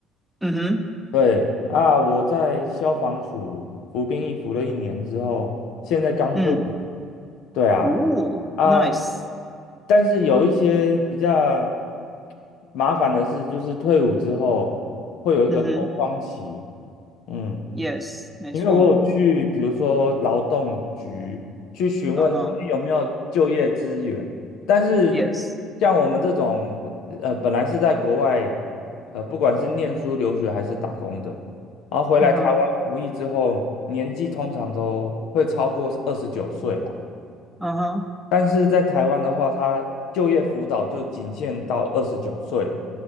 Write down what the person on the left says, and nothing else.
对啊，我在消防署服兵役服了一年之后，现在刚退伍。
对啊，
啊，但是有一些比较麻烦的事，就是退伍之后会有一个空窗期。
嗯。
因为我有去，比如说劳动局去询问说，
哎，有没有就业资源？但是
像我们这种，呃，本来是在国外，呃，不管是念书、留学还是打工的，然后回来台湾服役之后，
年纪通常都会超过二十九岁啦。
但是在台湾的话，他就业辅导就仅限到二十九岁，